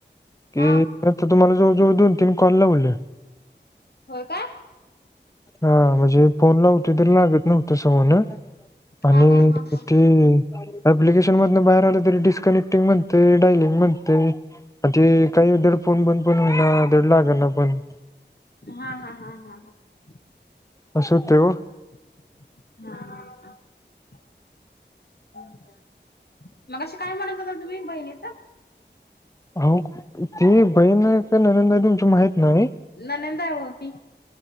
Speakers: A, on the left; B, on the left.
A: के
B: हा
A: मी आता तुम्हाला, जवळ-जवळ, दोन-तीन कॉलला बोलले.
B: होय का?
A: हां, म्हणजे फोन लावतो, तर लागत नव्हत, समोर न. आणि
B: हा हा हा हा
A: ते अँपलिकेशन मधन बाहेर आलं, तरी डिस्कनेक्टिंग म्हणतय, डायलिंग म्हणतय. म ते काही धड, फोन बंद पण होईना, धड लागना पण.
B: हा हा हा हा, हा.
A: असं होतंय ओ
B: हा. मघाशी काय म्हणत होत्या, तुम्ही बहिणीचं?
A: हो. ती बहीण आहे का, ननद ये तुमची? माहित नाही.
B: ननंद आहे ओ ती